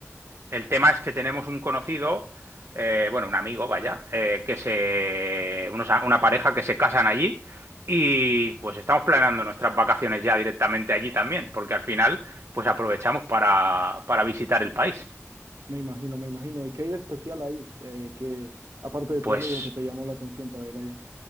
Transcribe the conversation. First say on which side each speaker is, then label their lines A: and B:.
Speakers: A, on the right; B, on the right.
A: el tema es que tenemos un conocido, eh, bueno, un amigo, vaya, eh, que se, unos a- una pareja que se casan allí y pues estamos planeando nuestras vacaciones ya directamente allí también, porque al final pues aprovechamos para, para visitar el país.
B: Me imagino, me imagino. ¿Y qué hay de especial ahí? Eh, que aparte de tu
A: Pues
B: amigo que te llamó la atención para ir allá.